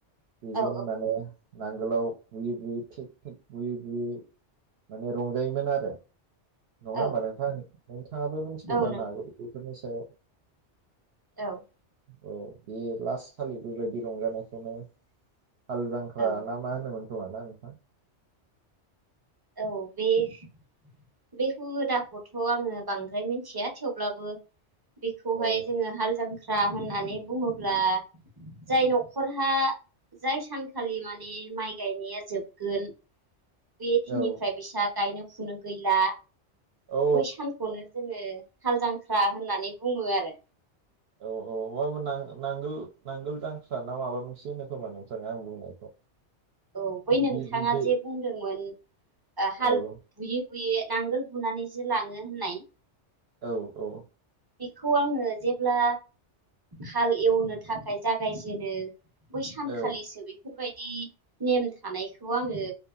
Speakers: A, on the right (about 65°); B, on the right (about 25°).
A: बेजों
B: औ
A: माने नांगोलाव बुयै- बुयै थिग थि बुयै -बुयै माने रंजायोमोन आरो। नङा
B: औ
A: होनबा नोंथां। बिथाङाबो मिथिगौ
B: औ
A: जानो
B: नंगौ
A: हागौ बेफोरनि सायाव।
B: औ।
A: औ बे लास खालि बेबायदि रंजानायखौनो हाल जांख्रा
B: औ
A: ना मा होनोमोन? <unintelligible> ना नोंथां।
B: औ बे- बे हुदाखौथ' आङो बांद्राय मिथिया थेवब्लाबो बेखौहाय
A: औ
B: जोङो हाल <unintelligible> <unintelligible> होननानै बुङोब्ला जाय न'खरहा जाय सानखालि माने माइ गायनाया जोबगोन बे दिननिफ्राय
A: औ
B: <unintelligible> गायनो फुनो गैला
A: औ
B: बै सानखौनो जोङो हाल जांख्रा होननानै बुङो आरो।
A: औ औ नांगोल- नांगोल जांख्रा ना माबा मोनसे होनो खोमा नोंथाङा आं बुंनायखौ।
B: औ बै
A: बिदि
B: नोंथाङा
A: बे
B: जे बुंदोंमोन हाल
A: औ
B: बुयै बुयै नांगोल बुनानैसो लाङो होननाय
A: औ औ।
B: बेखौ आङो जेब्ला हाल एवनो थाखाय जागायजेनो बै सानखालिसो
A: औ
B: बेफोरबायदि <unintelligible> नेम थानायखौ आङो